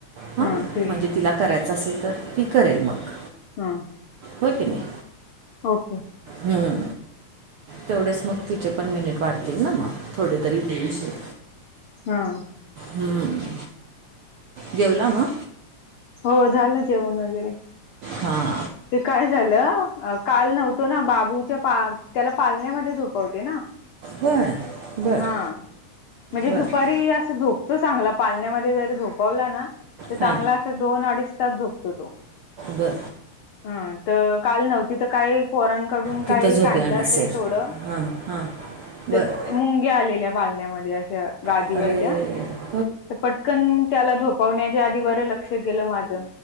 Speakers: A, on the right (about 75°); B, on the left (about 75°).
A: हां
B: हा ठीक आहे
A: म्हणजे तिला करायचं असेल तर, ती करेल मग.
B: हम्म.
A: होय की नाही?
B: ओके.
A: हम्म. तेवढेच मग तिचे पण मिनिट वाढतील ना मग. थोडे तरी दीडशे.
B: हा.
A: हम्म, जेवला मगं?
B: हो, झालं जेवण वगैरे.
A: हा.
B: ते काय झालं काल नव्हतो ना, बाबूच्या पा त्याला पालण्यामध्ये झोपवते ना
A: बरं बरं
B: हा, म्हणजे
A: बरं
B: दुपारी असं झोप तो चांगला पालण्यामध्ये जर झोपवला ना, तर
A: हां
B: चांगला असा दोन, अडीच तास झोपतो तो.
A: बरं.
B: हा तर काल नव्हती, तर काय पोरानं कडून काही
A: तिथं झोपला
B: सांडलं
A: नसेल
B: असेल, थोडं
A: हां हां बरं
B: ते मुंग्या आलेल्या पालण्यामध्ये अशा. गादीवर
A: अगं आया
B: त्या
A: या या.
B: तर पटकन त्याला झोपवण्याच्या आधी, बरं लक्ष गेलं माझं.